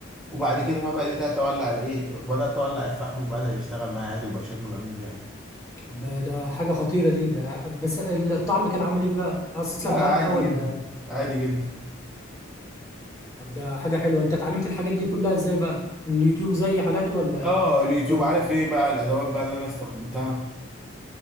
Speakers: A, in the centre; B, on the left.
A: وبعد كده ما بدات اتولع الايه بدات اتولع الفحم وبدا يشتغل معايا عادي وبقى شكله جميل يعني
B: ده ده حاجه خطيره دي ده بس الطعم كان عامل ايه بقى اثر
A: لا
B: بقى
A: عادي
B: ولا
A: جدا عادي جدا
B: طب ده حاجه حلوه انت اتعلمت الحاجات دي كلها ازاي بقى من يوتيوب زي حالاتي ولا
A: اه اليوتيوب
B: ولا
A: عارف ايه بقى الادوات بقى اللي انا استخدمتها